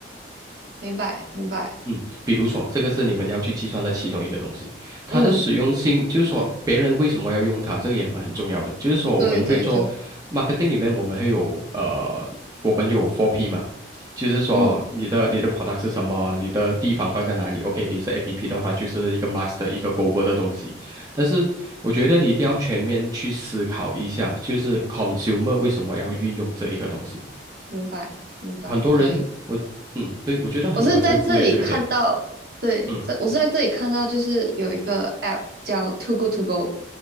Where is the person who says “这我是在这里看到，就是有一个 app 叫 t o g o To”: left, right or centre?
Right